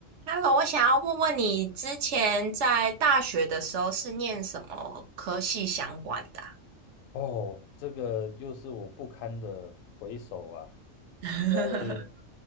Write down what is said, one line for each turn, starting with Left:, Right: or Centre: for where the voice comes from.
Right: Hello，我想要问问你，之前在大学的时候是念什么科系相关的啊
Left: 哦，这个又是我不堪的回首啊。
Right: <laughs>
Left: 因为